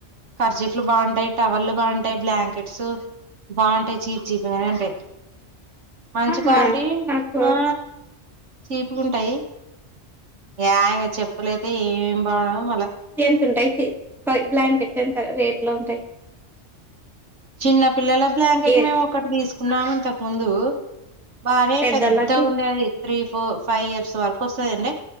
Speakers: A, on the right (about 75°); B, in the centre.
A: కఖర్చీపులు బాగుంటాయి టవళ్ళుబాగుంటాయి బ్లాంకెట్స్ బాగుంటాయి చీప్ చీప్గానే ఉంటాయి మంచి
B: అవునా
A: క్వాలిటీ
B: నాకు
A: ఆ చీపుగా ఉంటాయి ఏయంగా చెప్పులయితే ఏమిమి బాడంవు
B: ఎంత ఉంటాయి బ్లాంకెట్స్ ఎంత రేట్ లో ఉంటాయి
A: చిన్న పిల్లల బ్లాంకెట్
B: ఏది
A: మేము ఒకటి తీసుకున్నాం ఇంతకు ముందు బానే
B: పెద్దోళ్ళకి
A: పెద్ద ఉండే అది త్రీ ఫోర్ ఫైవ్ ఇయర్స్ వరకు వస్తందిండి